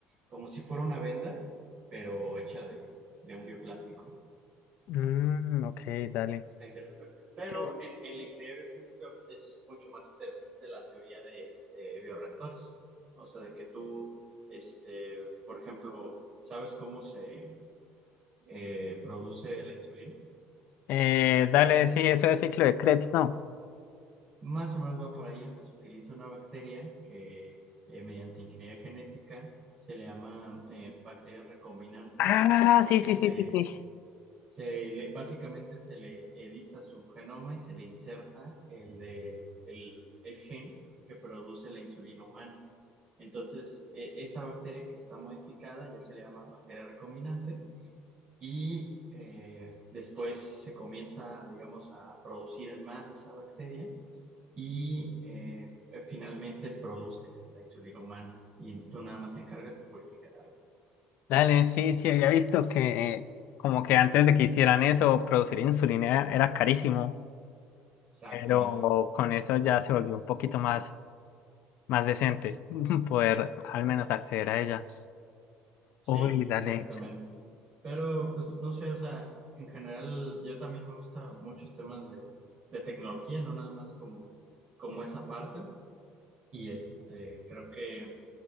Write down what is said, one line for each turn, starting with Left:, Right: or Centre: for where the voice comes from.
Right: como si fuera una venda, pero hecha de, de un bioplástico.
Left: mm, ok, dale.
Right: Está increíble. Pero
Left: Sí.
Right: en, en la ingeniería bioquímica es mucho más interesante la teoría de, de bioreactores. ¿no? O sea, de que tú, este, por ejemplo, ¿sabes cómo se eh, produce la insulina?
Left: Eh, dale, sí, eso es ciclo de Krebs, ¿no?
Right: Más o menos va por ahí. O sea, se utiliza una bacteria que eh, mediante ingeniería genética se le llama eh, bacterias recombinantes
Left: Ah,
Right: porque
Left: sí, sí,
Right: se
Left: sí, sí, sí.
Right: Se le, básicamente se le edita su genoma y se le inserta el, de- el, el gen que produce la insulina humana. Entonces, e- esa bacteria que está modificada ya se le llama bacteria recombinante y eh, después se comienza, digamos, a producir en masa esa bacteria y eh, finalmente produce la insulina humana y tú nada más te encargas de purificarla.
Left: Dale, sí, sí, había visto que eh, como que antes de que hicieran eso, producir insulina era carísimo,
Right: Exactamente.
Left: pero con eso ya se volvió un poquito más. más decente <laughs> poder al menos acceder a ella.
Right: Sí,
Left: Uy, dale.
Right: exactamente. Pero pues no sé, o sea, en general yo también me gusta muchos temas de, de tecnología, no nada más como, como esa parte. Y este, creo que